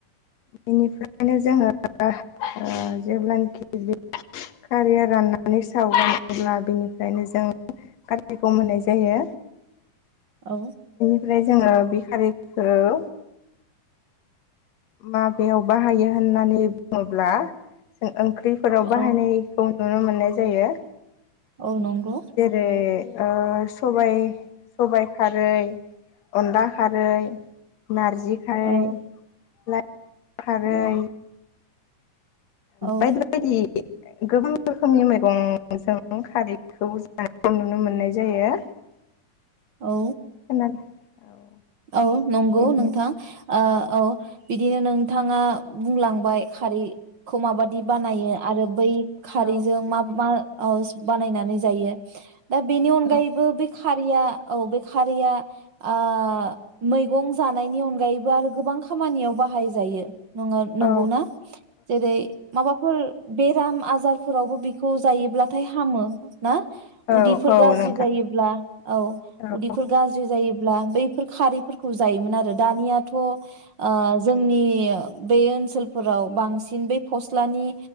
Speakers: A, on the left; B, on the right.
A: बेनिफ्रायनो जोङो ओ जेब्लानाखि <inaudible> खारिया <inaudible> राननानै <inaudible> सावगोन <inaudible> अब्ला <inaudible> बेनिफ्रायनो जों खारिखौ मोननाय जायो
B: औ
A: ओमफ्राय जोङो बि खारिखौ माबेयाव बाहायो होननानै बुङो ब्ला जों ओंख्रिफोराव बाहायनायखौ
B: औ
A: नुनो मोननाय जायो
B: औ नंगौ
A: जेरै ओ सबाइ सबायाइ खारै अनला खारै नारजि खारै
B: औ
A: लाइ खारै
B: औ औ
A: बायदि बायदि गोबां रोखोमनि मैगंजों खारैखौ जानाय नुनो मोननाय जायो।
B: औ
A: खोनादों औ
B: औ नंगौ
A: बेनि
B: नोंथां आ औ बिदिनो नोंथाङा बुंलांबाय खारै खौ माबादि
A: औ
B: बानायो आरो बै खारैजों
A: औ
B: मा मा औ बानायनानै जायो दा बेनि अनगायैबो
A: औ
B: बे खारिया औ बे खा या आ मैगं जानायनि अनगायैबो आरो गोबां खामानियाव बाहायजायो। नङा
A: औ
B: नंगौना जेरै माबाफोर बेराम आजार फोरावबो बेखौ जायोब्लाथाय हामो। ना
A: औ
B: उदैफोर
A: औ
B: गाज्रि
A: नोंथां
B: जायोब्ला औ
A: औ
B: उदैफोर गाज्रि जायोब्ला ब्ला बैफोर खारैफोरखौ जायोमोन आरो दानियाथ' आ जोंनि बे ओनसोलफोराव बांसिन बे फस्लानि